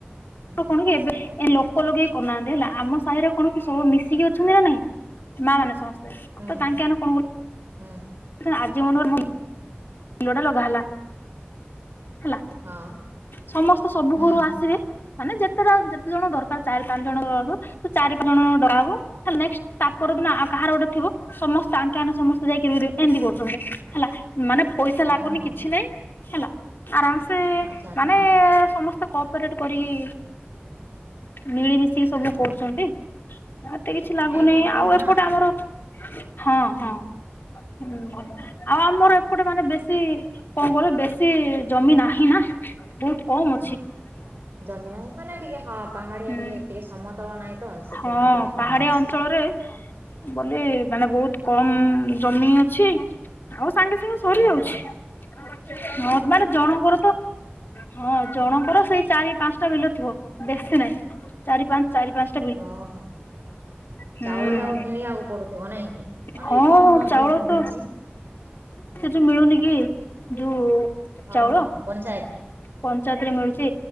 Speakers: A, on the right; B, on the left.
A: ହୁଁ
B: ଆଙ କଣ କି ଏବେ। ଏ ଲୋକ ଲଗେଇକି କରୁନାହାନ୍ତି ହେଲା ଆମ ସାହିରେ କଣ କି ସବୁ ମିଶିକି ଅଛନ୍ତି ନା ନାଇଁ ମା ମାନେ ସମସ୍ତେ।
A: ହୁଁ
B: ତ ତାଙ୍କେ ଆନେ କଣ କର
A: ହୁଁ।
B: <unintelligible> କିଲୋ ଟା ଲଗା ହେଲା ହେଲା।
A: ହଁ।
B: ସମସ୍ତେ ସବୁ
A: ହୁଁ
B: ଘରୁ ଆସିବେ ମାନେ ଯେତେଟା ଯେତେ ଜଣ ଦରକାର ଚାରି ପାଞ୍ଚ ଜଣ ଦର ତ ଚାରି ପାଞ୍ଚ ଜଣ ଡକା ହବ ହେଲା ନେକ୍ସେଟ ତା ପର ଦିନ କାହାର ଗୋଟେ ଥିବ। ସମସ୍ତେ ଆଙ୍କେ ଆନେ ସମସ୍ତେ ଯାଇକି ରୁଦେ ଏନ୍ତି କରୁଛନ୍ତି ହେଲା ମାନେ ପଇସା ଲାଗୁନି
A: ଓହୋ
B: କିଛି ନାଇଁ। ହେଲା ଆରାମସେ
A: ଆଚ୍ଛା ଆଚ୍ଛା
B: ମାନେ
A: ହଁ
B: ସମସ୍ତେ କପରେଟ କରିକି ମିଳିମିଶିକି ସବୁ କରୁଛନ୍ତି
A: ହଁ
B: ଏତେ କିଛି ଲାଗୁନି
A: ଏଇଟା ବଢ଼ିଆ
B: ଆଉ ଏପଟେ
A: ନା
B: ଆମର ହଁ ହଁ ହୁଁ ଭଲ ଆଉ ଆମର ଏ ମାନେ ବେଶୀ କଁ କଇଲ ବେଶୀ ଜମି ନାହିଁ ନା। ବୋହୁତ କମ୍ ଅ
A: ହଁ ଜମି ନାହିଁ ମାନେ ଟିକେ ହଁ ପାହାଡ଼ିଆ
B: ହୁଁ
A: ଟିକେ ଟିକେ ସମତଳ ନାହିଁ ତ। ସେଥିପାଇଁ
B: ହଁ
A: ଟିକେ
B: ପାହାଡ଼ିଆ
A: କମ୍ ଅଛି
B: ଅଞ୍ଚଳରେ ବଲି ମାନେ ବୋହୁତ କମ ଜମି ଅଛି ଆଉ ସାଙ୍ଗେ ସାଙ୍ଗେ ସରି
A: ଓହୋ
B: ଯାଉଛି ହଁ ମାନେ ଜଣଙ୍କର ତ ହଁ ଜଣଙ୍କର ସେଇ ଚାରି ପାଁଶଟା ବିଲ ଥିବ ବେଶୀ ନାଇ ଚାରି ପାଞ୍ଚ ଚାରି ପାଁଶ୍
A: କହ ହ
B: ହୁଁ।
A: ଚାଉଳ ଯାକ କିଣିବାକୁ ପଡୁଥିବ, ନାଇଁ? ମାନେ
B: ହଁ
A: କମ୍ କମ୍
B: ଚାଉଳ
A: ଯେହେତୁ
B: ତ
A: ହଉଚି।
B: ସେ ଯୋଉ ମିଳୁନି କି ଯୋଉ
A: ହଁ
B: ଚାଉଳ
A: ହଁ ହଁ ପଞ୍ଚାୟତ।
B: ପଞ୍ଚାୟତରେ ମିଳୁଚି